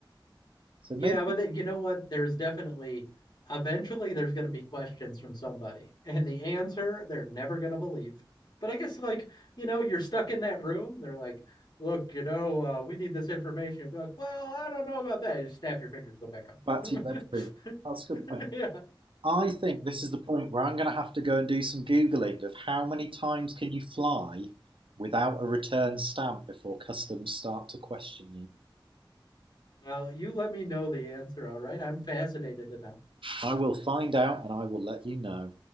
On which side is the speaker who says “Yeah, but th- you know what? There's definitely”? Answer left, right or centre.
Left